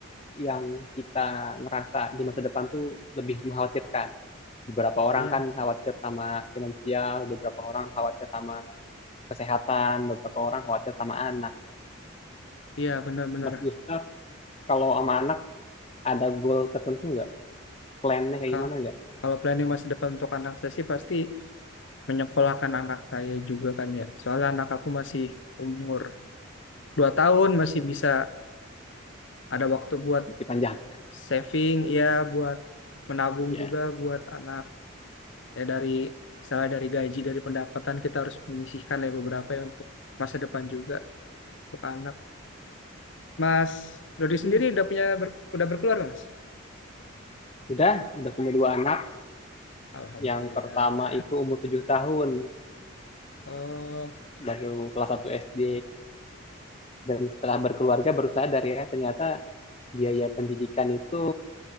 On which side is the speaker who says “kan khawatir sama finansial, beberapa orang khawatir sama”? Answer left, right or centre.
Left